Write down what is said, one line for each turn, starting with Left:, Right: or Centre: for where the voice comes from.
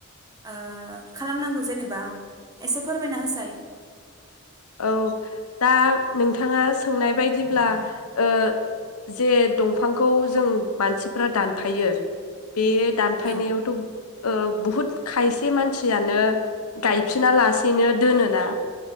Right: ओ खालामनांगौ जेनेबा एसे फोरमायना होसाय।
Left: औ दा नोंथाङा सोंनाय बायदिब्ला ओ जे दंफांखौ जों मानसि फोरा दानफायो बे दानफायनायावथ'
Right: औ
Left: ओ बुहुद खायसे मानसियानो गायफिना लासेैनो दोनोना?